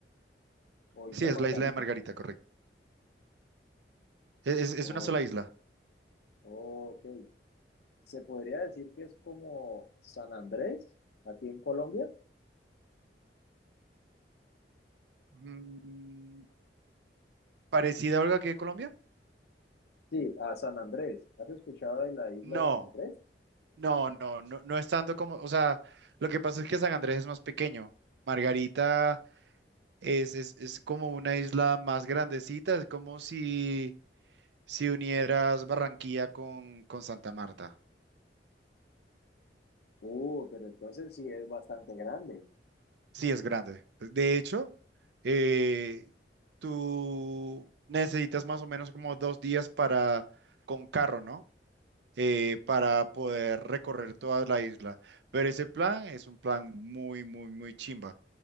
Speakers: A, on the left (about 60°); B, on the right (about 70°).
A: ¿O Isla
B: Sí, es
A: Margarita?
B: la isla de Margarita, correcto. Es, es
A: Oh,
B: una sola isla.
A: ok. se podría decir que es como San Andrés, aquí en Colombia.
B: Mm, ¿Parecida, a Olga, que Colombia?
A: Sí, a San Andrés. ¿Has escuchado de la isla
B: No,
A: de San Andrés?
B: no, no, no, no es tanto como, o sea, lo que pasa es que San Andrés es más pequeño. Margarita es, es, es como una isla más grandecita, es como si si unieras Barranquilla con, con Santa Marta.
A: Uh, pero entonces sí es bastante grande.
B: Sí, es grande. De hecho, eh, tú necesitas más o menos como dos días para, con carro, ¿no? Eh, para poder recorrer toda la isla. Pero ese plan es un plan muy, muy, muy chimba.